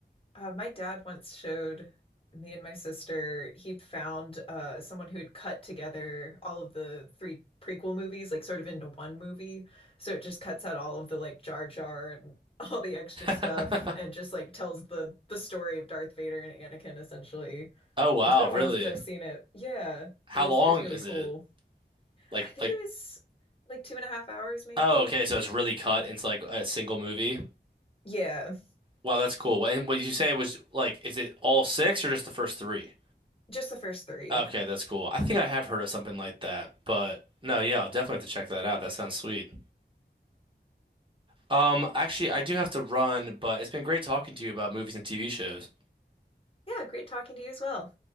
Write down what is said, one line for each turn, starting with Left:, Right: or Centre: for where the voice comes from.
Left: Uh, my dad once showed me and my sister, he found uh, someone who had cut together all of the three prequel movies, like sort of into one movie. So it just cuts out all of the like Jar Jar and <laughs> all the extra stuff
Right: <laughs>
Left: and just like tells the the story of Darth Vader and Anakin essentially.
Right: Oh wow,
Left: It's been a
Right: really?
Left: while since I've seen it. Yeah,
Right: How
Left: but it
Right: long
Left: was it was
Right: is
Left: really cool.
Right: it? Like
Left: I think
Right: like
Left: it was like two and a half hours maybe.
Right: oh okay, so it's really cut into like a single movie.
Left: Yeah,
Right: Wow, that's cool. What, and what you say was like is it all six or just the first three?
Left: just the first three.
Right: Okay, that's cool. I think I have heard of something like that, but no, yeah, I'll definitely have to check that out. That sounds sweet. Um, actually, I do have to run, but it's been great talking to you about movies and TV shows.
Left: Yeah, great talking to you as well.